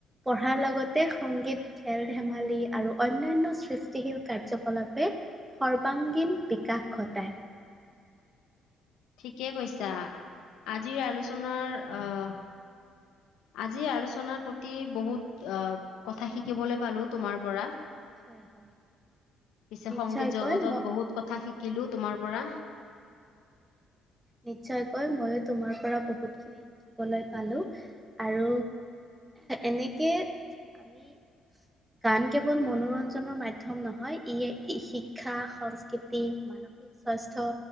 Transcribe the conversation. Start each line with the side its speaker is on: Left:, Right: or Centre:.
Right: পঢ়াৰ লগতে সংগীত খেল-ধেমালি আৰু অন্যান্য় সৃষ্টিশীল কাৰ্যকলাপে সৰ্বাংগীন বিকাশ ঘটায়।
Left: ঠিকে কৈছা, আজিৰ আলোচনাৰ আহ আজি আলোচনাৰ প্ৰতি বহুত আহ কথা শিকিবলৈ পালো তোমাৰ পৰা।
Right: হয় হয়
Left: পিছে
Right: নিশ্চয়কৈ
Left: সংগীত জগতৰ
Right: ম
Left: বহুত কথা শিকিলো তোমাৰ পৰা।
Right: নিশ্চয়কৈ, মইয়ো তোমাৰ পৰা বহুত খিনি শিকিবলৈ পালোঁ, আৰু এনেকে আমি <inaudible> গান কেৱল মনোৰঞ্জনৰ মাধ্যম নহয় ই শিক্ষা সংস্কৃতি <unintelligible> মানসিক স্বাস্থ্য